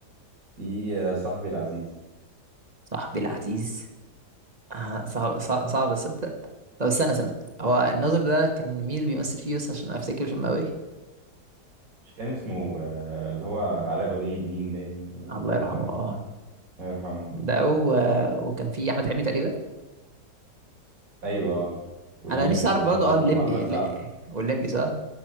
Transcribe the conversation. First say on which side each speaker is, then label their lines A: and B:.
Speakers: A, on the right; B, on the right.
A: في يا صاحبي العزيز
B: صاحبي العزيز آه صعب صعب, صعب اصدق طب استنى استنى هو الناظر ده كان مين اللي بيمثل فيه بس عشان افتكر فيلم قوي
A: مش كان اسمه آه، اللي هو علاء ولي الدين باين ولا مش
B: الله
A: فاكر
B: يرحمه
A: اسمه ايه
B: اه
A: الله يرحمه
B: ده و... وكان فيه احمد حلمي تقريبا
A: ايوه آه. واللي
B: انا نفسي
A: اللي
B: اعرف
A: هو
B: برضه اه
A: و-
B: الليمبي
A: واحمد
B: اللي...
A: سعد
B: والليمبي صح